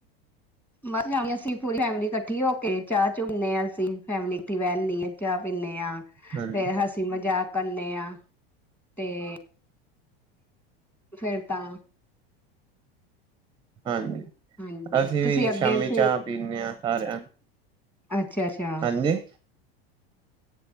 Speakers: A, in the centre; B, on the right.
A: ਮ ਜਾਣੀ ਆ ਸੀ। ਪੂਰੀ ਫੈਮਿਲੀ ਇਕੱਠੀ ਹੋ ਕੇ, ਚਾਹ- ਚੂ ਪੀਨੇ ਆ ਅਸੀ। ਫੈਮਿਲੀ ਇੱਥੇ ਵਹਿਨੇ ਆ ਚਾਹ ਪੀਂਦੇ ਹਾਂ।
B: ਹਾਂਜੀ
A: ਫੇਰ ਹੱਸ ਹਸੀਂ- ਮਜ਼ਾਕ ਕਰਨੇ ਹਾਂ ਤੇ, ਫੇਰ ਤਾਂ।
B: ਹਾਂਜੀ,
A: ਹਾਂਜੀ
B: ਅਸੀਂ
A: ਤੁਸੀਂ
B: ਵੀ
A: ਅੱਗੇ
B: ਸ਼ਾਮੀ
A: ਫਿਰ
B: ਚਾਹ ਪੀਂਦੇ ਹਾਂ, ਸਾਰਿਆਂ ਨੂੰ
A: ਅੱਛਾ- ਅੱਛਾ।
B: ਹਾਂਜੀ